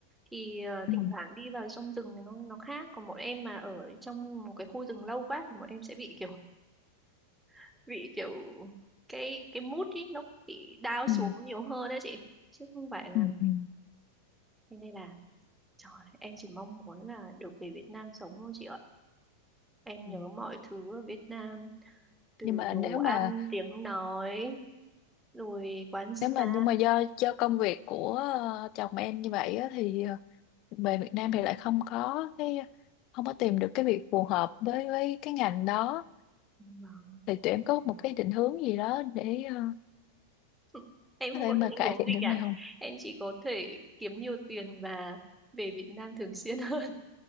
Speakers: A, in the centre; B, on the left.
A: thì ờ,
B: ừ,
A: thỉnh thoảng đi vào trong rừng thì nó nó khác còn bọn em mà ở trong một cái khu rừng lâu quá thì bọn em sẽ bị kiểu <laughs> bị kiểu cái cái mood ý nó bị down xuống
B: ừ,
A: nhiều hơn đấy chị chứ không phải là
B: ừ, ừ.
A: thế nên là trời em chỉ mong muốn là được về Việt Nam sống thôi chị ạ em
B: Ừ.
A: nhớ mọi thứ ở Việt Nam từ
B: nhưng mà
A: đồ
B: nếu
A: ăn
B: mà
A: tiếng nói rồi quán xá
B: nếu mà nhưng mà do do công việc của ờ, chồng em như vậy á, thì ờ, về Việt Nam thì lại không có cái không có tìm được cái việc phù hợp với với cái ngành đó
A: Vâng,
B: thì tụi
A: cũng
B: em có
A: có.
B: một cái định hướng gì đó để ờ,
A: <laughs> Em
B: có
A: không
B: thể
A: có được
B: mà
A: ảnh
B: cải
A: hưởng
B: thiện
A: gì
B: được
A: cả.
B: này không
A: Em chỉ có thể kiếm nhiều tiền và về Việt Nam thường xuyên hơn.